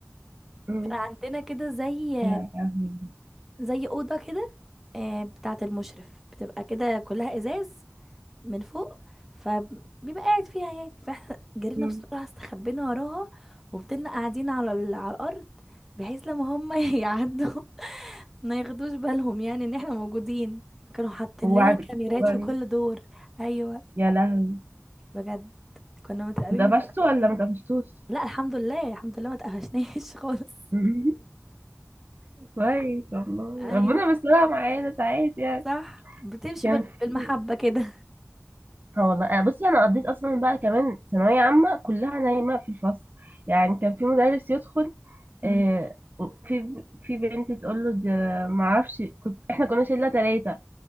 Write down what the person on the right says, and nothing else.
م-
يا لهوي
م-
وعد
وعد-
يا لهوي
واتقفشتوا
ولا ما اتقفشتوش؟
<laughs> كويس والله
ربنا بيسترها معانا ساعات يعني
كان
في
اه والله أنا بصي انا قضيت اصلا بقى كمان ثانويه عامه كلها نايمه في الفصل يعني كان في مدرس يدخل
آه في في بنت تقول له ده ما اعرفش كنت احنا كنا شله ثلاثه